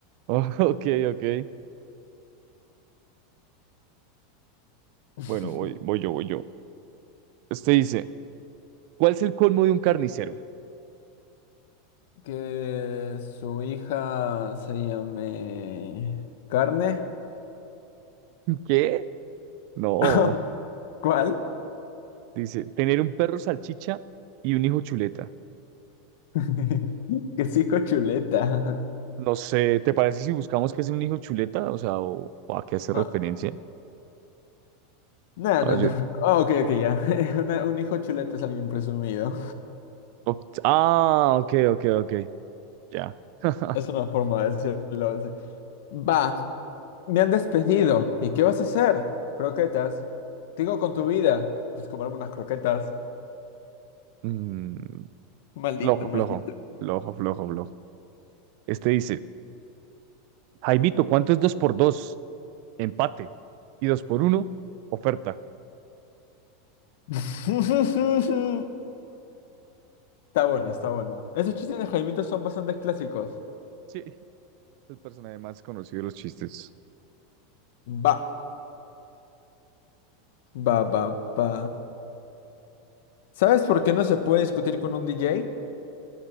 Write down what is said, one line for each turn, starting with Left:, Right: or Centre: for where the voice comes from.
Right: Oh, <laughs> ok, ok.
Left: <laughs>
Right: Bueno, voy, voy yo, voy yo. Este dice, ¿cuál es el colmo de un carnicero?
Left: Que su hija se llame... ¿Carne?
Right: <laughs> ¿Qué? No,
Left: <laughs> ¿Cuál?
Right: dice, tener un perro salchicha y un hijo chuleta.
Left: <laughs> Que es hijo chuleta.
Right: No sé, ¿te parece si buscamos que es un hijo chuleta? O sea, o, o a qué hace
Left: Ah,
Right: referencia.
Left: no,
Right: A
Left: no
Right: ver, yo-
Left: te preocupes. Ah, ok, ok, ya. <laughs> Una- un hijo chuleta es alguien presumido.
Right: o- ah, ok, ok, ok. Ya. <laughs>
Left: Es una forma de decirlo. sí. Va, me han despedido. ¿Y qué vas a hacer? Croquetas. ¿Qué hago con tu vida? Pues comerme unas croquetas.
Right: Mm,
Left: Maldito,
Right: flojo,
Left: maldito.
Right: flojo. Flojo, flojo, flojo. Este dice, Jaimito, ¿cuánto es dos por dos? Empate. Y dos por uno, oferta.
Left: <laughs> Está bueno, está bueno. Esos chistes de Jaimito son bastante clásicos.
Right: Sí, el personaje más conocido de los chistes.
Left: Va, va, va, va. ¿Sabes por qué no se puede discutir con un DJ?